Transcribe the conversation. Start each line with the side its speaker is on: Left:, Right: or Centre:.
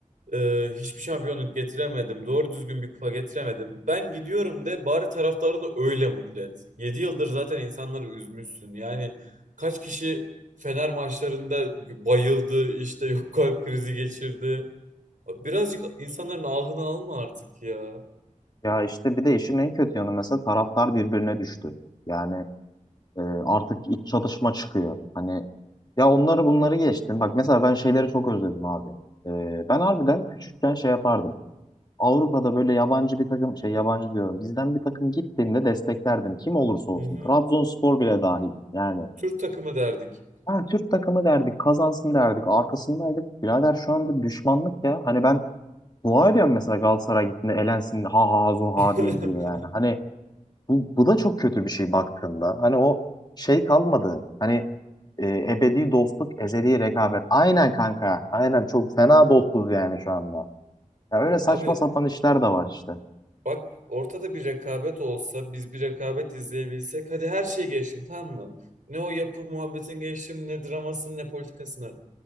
Right: Ee, hiçbir şampiyonluk getiremedim. Doğru düzgün bir kupa getiremedim. Ben gidiyorum de bari taraftarını öyle mutlu et. 7 yıldır zaten insanları üzmüşsün. Yani kaç kişi Fener maçlarında bayıldı, işte <laughs> yok kalp krizi geçirdi. Birazcık insanların ahını alma artık ya.
Left: Ya işte bir de işin en kötü yanı mesela taraftar birbirine düştü. Yani e, artık iç çatışma çıkıyor. Hani ya onları bunları geçtim. Bak mesela ben şeyleri çok özledim abi. E, ben harbiden küçükken şey yapardım. Avrupa'da böyle yabancı bir takım şey yabancı diyorum. Bizden bir takım gittiğinde desteklerdim. Kim olursa olsun.
Right: Hı hı.
Left: Trabzonspor bile dahil. Yani
Right: Türk takımı derdik.
Left: ha, Türk takımı derdik kazansın derdik. Arkasındaydık. Birader şu anda düşmanlık ya. Hani ben dua ediyorum mesela Galatasaray gittiğinde elensin ha ha ha zo ha
Right: <laughs>
Left: diyeyim diye yani. Hani bu, bu da çok kötü bir şey baktığında. Hani o şey kalmadı. Hani e, ebedi dostluk, ezeli rekabet. Aynen kanka. Aynen çok fena dostuz yani şu anda. Ya öyle saçma
Right: Abi
Left: sapan işler de var işte.
Right: Bak ortada bir rekabet olsa biz bir rekabet izleyebilsek hadi her şeyi geçtim tamam mı? Ne o yapı muhabbetin geçtim ne dramasını ne politikasını